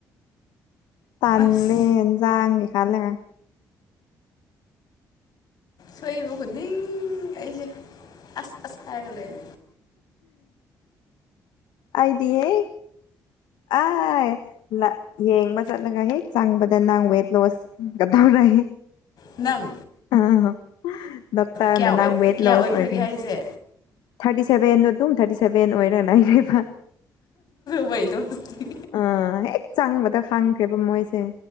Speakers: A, on the left; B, on the left.
A: ꯇꯥꯜꯂ‌ꯦ
B: ꯑꯁ
A: ꯍ‌ꯦꯟꯖꯥꯡꯒꯤ ꯈꯜꯂꯒ
B: ꯁꯣꯏꯏꯕ ꯈꯨꯗꯤꯡ ꯑꯩꯁꯦ ꯑꯁ ꯑꯁ ꯍꯥꯏꯔꯒ ꯂꯩꯔꯦ
A: ꯑꯗꯤ ꯑꯦ ꯑꯥ ꯌꯦꯡꯕ ꯆꯠꯂꯒ ꯍꯦꯛ ꯆꯪꯕꯗ ꯅꯪ ꯋꯦꯠ ꯂꯣꯁꯀꯗꯧꯔꯦ
B: ꯅꯪ
A: ꯑꯥ ꯗꯣꯛꯇꯔ
B: ꯀꯌꯥ ꯑꯣꯏ
A: ꯅꯪ ꯋꯦꯠꯂꯣꯁ
B: ꯀꯌꯥ ꯑꯣꯏꯈ꯭ꯔꯒꯦ
A: ꯑꯣꯏꯔꯤ
B: ꯍꯥꯏꯁꯦ
A: ꯊꯥꯔꯇꯤ ꯁꯦꯚꯦꯟ ꯃꯇꯨꯡ ꯊꯥꯔꯇꯤ ꯁꯦꯚꯦꯟ ꯑꯣꯏꯔꯒ ꯂꯩꯔꯦꯕ
B: ꯋꯦꯠꯂꯣꯁ ꯇꯤ
A: ꯑ ꯍꯦꯛ ꯆꯥꯡꯕꯗ ꯈꯥꯡꯈ꯭ꯔꯦꯕ ꯃꯣꯏꯁꯦ